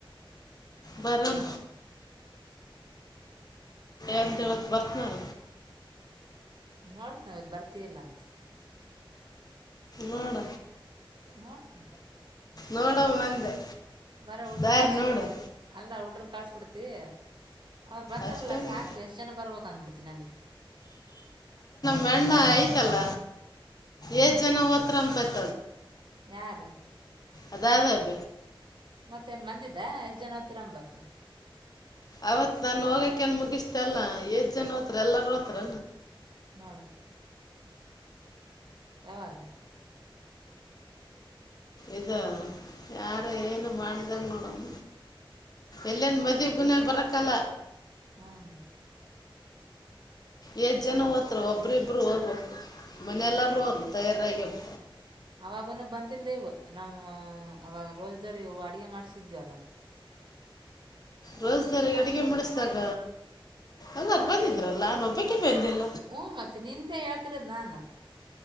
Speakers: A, on the left; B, on the right.
A: ಬರಣ ಅಂತ ಹೇಳತ್ ಬರ್ತ್ನಾರ
B: ನೋಡ್ತ ನಾವದ್ ಬರತಿಲ್ಲ ಅಂತ
A: ಹಡ
B: ನೋಡ್ತ್ನ
A: ನೋಡಮ್ಮ
B: ನೋಡತನ
A: ಅಂದೆ
B: ಬರ ಹಡ್ರನ್
A: ದಾರಿ
B: ಕಳ್ಸಬಿಡಿದ
A: ನೋಡು
B: ಅಲ್ಲ ಹಡ್ರನ್ ಕಳ್ ತಹ ಅವ್ ಬಂದ್ರಲ್ಲ
A: ಅಷ್ಟಮಿ
B: ಸಾಕು ಎಷ್ಟ್ ಜನ ಬರ್ಬೇಕಕ್ಂದ್ಬಿಡ್ತೀನಿ ನನಗೆ
A: ಮಣ್ಣ ಆಯತಲ್ಲ ಎಏಜ್
B: ಹ್ಞೂ
A: ಜನ ತ್ರಪತಿ
B: ಯಾರು
A: ಅದಾದ ಅಬ
B: ಮತ್ತೇನ್ ಮಂದಿದ ಎಷ್ಟ್ ಜನ ಹೊತ್ತರಂಬಬೇಕ
A: ಅವತ್ ನನ್ ಹೋಗಕನ್ ಮುಗಿಸ್ತ ಅಲ್ಲಾ ಏಜ್ ಜನ ೋತ್ರಾರ ಎಲ್ಲಾರ ಹತಾರ
B: ನಡ ಎಾವಾಗ
A: ಇದ ಯಾರ ಏನು ಮಾಡಿದಾಗ ನೋಡಮ್ಮ ಎಲ್ಲನ್ ಮದೆ ಕಲ
B: ಹ್ಮ್
A: ಎಏಜ್ ಜನ ಹೋತ್ರು ಒಬರಿಿಬ್ರು ಹೋಗ್ಬೇಕು ಮನೆೆಯಲ್ಲಾರೂ ಅವರು ತಯಾರಾಗಿರ್
B: ಅವಾಗನು ಬಂತಿಿಲ್ಲಲವು ನಮ್ಮ ಅವಾಗ ರೋಜ್ದಾರಿ ಅಡಗೆ ಮಾಡ್ಸಿದ್ವಲ್ಲ
A: ರೋಜ್ದಾರ ಅಡಗೆ ಮುಡಿಸ್ದಾಗ ಎಲ್ಲಾರು ಬಂದಿದ್ರಲ್ಲ ನಾನ ಒಬ್ಬಕ್ಕೆ ಬಂದೆಿಲ್ಲ
B: ಹ್ಮ ಮತ್ೆ ನಿಂದೆ ಹೇಳ್ದ್ರೆ ನಾನು